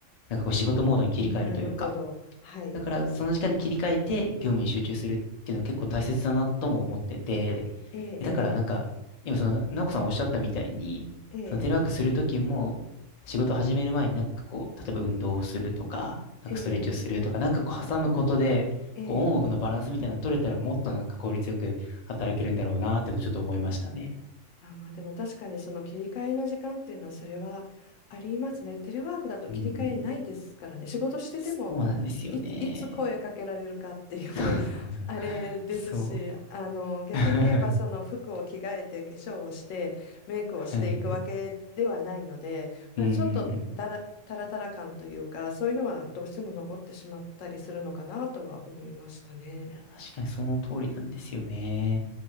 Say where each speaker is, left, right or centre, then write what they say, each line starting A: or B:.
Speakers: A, on the left (about 55°); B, on the left (about 80°).
A: なんかこう仕事モードに切り替えるというか。
B: なるほど。はい。
A: だから、その時間に切り替えて業務に集中するっていうのは結構大切だなとも思ってて、
B: ええ、
A: で、だからなんか、今その、直子さんおっしゃったみたいに、
B: ええ、ええ、
A: そのテレワークするときも、仕事始める前になんかこう、例えば運動をするとか、なんかストレッチをするとか、
B: ええ、
A: なんかこう挟むことで、
B: ええ
A: こうオンオフのバランスみたいなの取れたらもっとなんか効率よく働けるんだろうなっていうのをちょっと思いましたね。
B: あ、まあでも確かにその切り替えの時間っていうのはそれはありますね。テレワークだと切り替えないですからね。
A: うん。
B: 仕事してても
A: そうなんですよね。
B: い、いつ声かけられるかっていう
A: そうそうそう。
B: <laughs> あれですし、
A: そう。
B: あの逆に言えばその服を着替えて化粧をしてメイクをしていくわけではないので、
A: <laughs> はいはい。
B: まあ、
A: うんうん。
B: ちょっとだら、タラタラ感というかそういうのはどうしても残ってしまったりするのかなとは思いましたね。
A: いや、確かにその通りなんですよね。